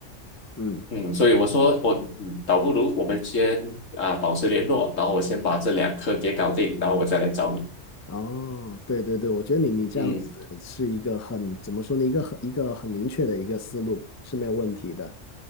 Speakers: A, on the left; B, on the left.
A: 嗯
B: 嗯，所以我说我嗯倒不如我们先啊保持联络，然后我先把这两科给搞定，然后我再来找你。
A: 哦，对对对，我觉得你你这样子是一个很怎么说呢，
B: 嗯。
A: 一个很一个很明确的一个思路是没有问题的。